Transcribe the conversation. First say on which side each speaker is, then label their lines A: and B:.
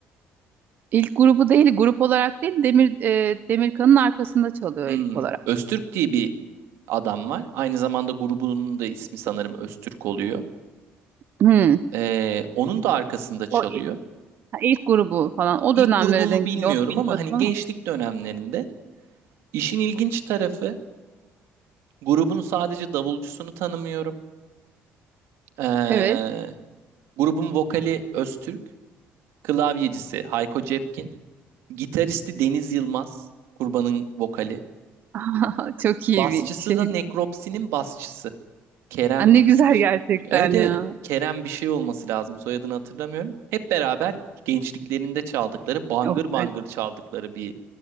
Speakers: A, on the right; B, on the right.
A: İlk grubu değil, grup olarak değil, Demir e, Demirkan'ın arkasında çalıyor
B: Hmm,
A: ilk olarak.
B: Öztürk diye bir adam var. Aynı zamanda grubunun da ismi sanırım Öztürk oluyor.
A: Hmm.
B: Ee, onun da arkasında çalıyor.
A: O i- ha, ilk grubu falan o
B: İlk
A: dönemlere
B: grubumu
A: denk
B: bilmiyorum
A: geliyor. Onu bilmiyordum
B: ama hani
A: ama.
B: gençlik dönemlerinde işin ilginç tarafı grubun sadece davulcusunu tanımıyorum. Ee,
A: Evet.
B: grubun vokali Öztürk, klavyecisi Hayko Cepkin, gitaristi Deniz Yılmaz, Kurban'ın vokali.
A: <laughs> Çok
B: Basçısı
A: iyi bir şey.
B: da Nekropsi'nin basçısı. Kerem
A: Ha, ne güzel gerçekten
B: evet evet
A: ya.
B: Kerem bir şey olması lazım soyadını hatırlamıyorum. Hep beraber gençliklerinde çaldıkları bangır
A: Yok,
B: bangır
A: evet.
B: çaldıkları bir